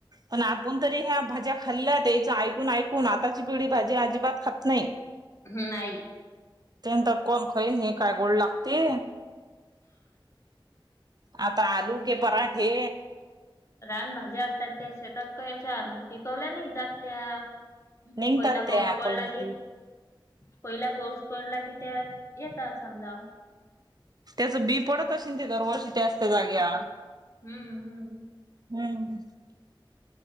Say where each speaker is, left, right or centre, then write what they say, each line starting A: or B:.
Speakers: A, on the right; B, on the left.
A: पण आपण तरी या भाज्या खाल्ल्या आहेत याचं ऐकून ऐकून आताची पिढी अजिबात भाज्या खात नाय.
B: नाही
A: त्यांचा कोण खाईन आई <unintelligible> काय गोड लागते? आता आलू के पराठे
B: रानभज्या असतात त्या शेतात का याच्या पिकवल्या नाही जात त्या
A: निघतात
B: पहिला
A: ते
B: पाऊस
A: ऍपल
B: पडला
A: मध्ये
B: की पहिला पाऊस पडला की त्या येतात समजा.
A: त्याचं बी पडत अशीन दरवर्षी त्याच त्या जाग्यावर
B: हम्म हम्म
A: हम्म.